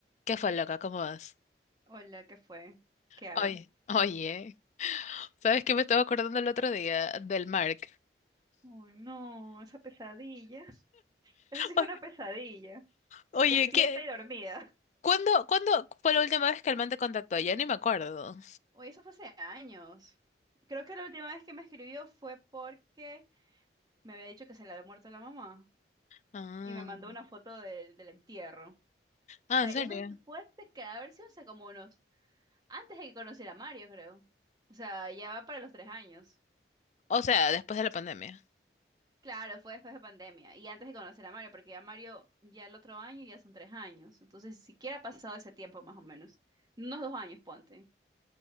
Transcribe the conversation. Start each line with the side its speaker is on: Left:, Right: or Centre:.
Left: ¿Qué fue, loca? ¿Cómo vas?
Right: Hola, ¿qué fue? ¿Qué hay?
Left: Oye, oye, ¿sabes qué me estaba acordando el otro día del Mark?
Right: Oh, no, esa pesadilla. <laughs> Eso sí es
Left: Oye,
Right: una pesadilla.
Left: oye,
Right: Despierta
Left: ¿qué?
Right: y dormida.
Left: ¿Cuándo, cuándo fue la última vez que el man te contactó? Ya ni me acuerdo.
Right: <laughs> Oye, eso fue hace años. Creo que la última vez que me escribió fue porque me había dicho que se le había muerto la mamá
Left: Ah,
Right: y me mandó una foto del, del entierro.
Left: ah,
Right: Pero
Left: ¿en serio?
Right: eso fue hace que haber sido hace como unos, antes de que conociera a Mario, creo. O sea, ya va para los tres años.
Left: O sea, después de la pandemia.
Right: Claro, fue después de pandemia y antes de conocer a Mario, porque a Mario ya el otro año ya son tres años, entonces siquiera ha pasado ese tiempo más o menos, unos dos años, ponte.